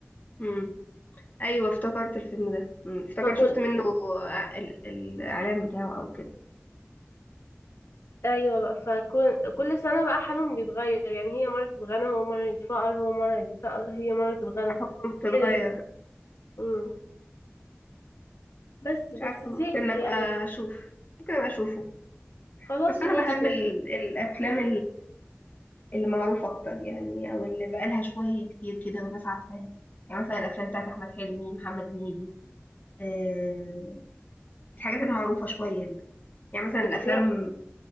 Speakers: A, on the left (about 35°); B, on the left (about 75°).
A: امم ايوه افتكرت الفيلم ده امم افتكرت
B: فكل
A: شفت منه آه، ال- الاعلان بتاعه او كده
B: أيوة بقى فكل كل سنة بقى حالهم بيتغير يعني هي مرة تتغنى هو مرة يتفقر هو مرة يتفقر هي مرة تتغنى
A: حكم تتغير
B: كده بقى مم. بس
A: مش
B: بس
A: عارفه
B: زهقت
A: ممكن ابقى
B: يعني
A: اشوف ممكن ابقى اشوفه
B: خلاص
A: بس انا
B: ماشي
A: بحب ال- الافلام اللي معروف اكتر يعني او اللي بقالها شويه كتير كده والناس عارفاها يعني مثلا الافلام بتاعت احمد حلمي محمد هنيدي آه الحاجات المعروفه شويه دي يعني مثلا
B: اتفرجت
A: الافلام